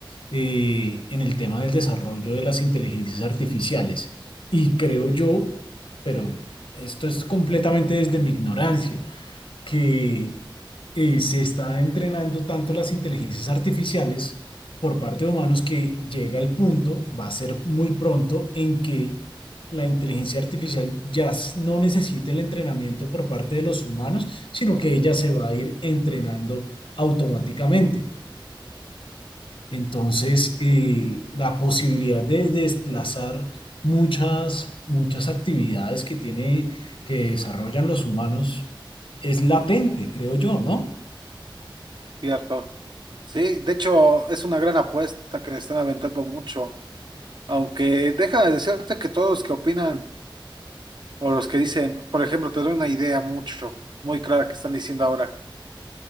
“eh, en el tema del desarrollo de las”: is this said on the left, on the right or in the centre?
Left